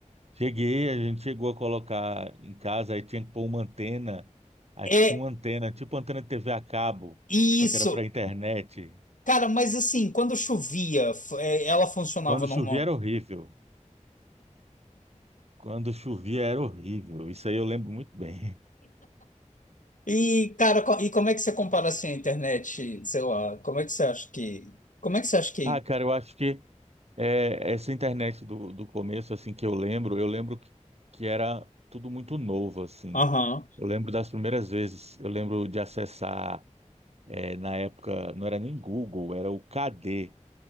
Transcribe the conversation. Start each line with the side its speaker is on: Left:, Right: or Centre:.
Right: Cheguei, a gente chegou a colocar em casa, aí tinha que pôr uma antena, aí
Left: É
Right: tinha uma antena, tipo antena de TV a cabo,
Left: isso.
Right: só que era para internet.
Left: Cara, mas assim, quando chovia, f- é, ela funcionava
Right: Quando
Left: normal.
Right: chovia era horrível. Quando chovia era horrível. Isso aí eu lembro muito bem. <laughs>
Left: E, cara, co- e como é que você compara assim a internet? Sei lá, como é que você acha que. Como é que você acha que.
Right: Ah, cara, eu acho que é, essa internet do, do começo, assim, que eu lembro, eu lembro que, que era tudo muito novo, assim.
Left: Aham.
Right: Eu lembro das primeiras vezes, eu lembro de acessar, é, na época, não era nem Google, era o KD